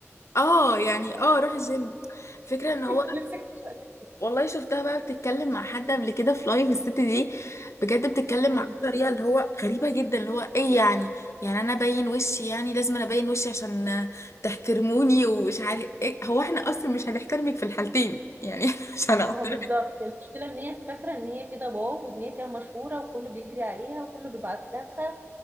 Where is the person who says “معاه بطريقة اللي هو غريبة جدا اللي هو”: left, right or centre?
Left